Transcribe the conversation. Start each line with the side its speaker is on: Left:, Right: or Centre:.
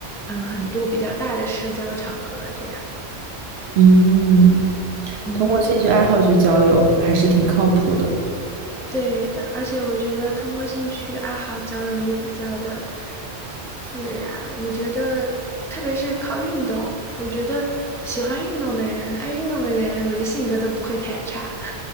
Centre: 嗯很多比较大的社交场合这样，
Right: 嗯，
Centre: 嗯。
Right: 通过兴趣爱好去交友还是挺靠谱的。
Centre: 对的，而且我觉得通过兴趣爱好交友也比较的自然。我觉得，特别是靠运动，我觉得喜欢运动的人、爱运动的人，我觉得性格都不会太差。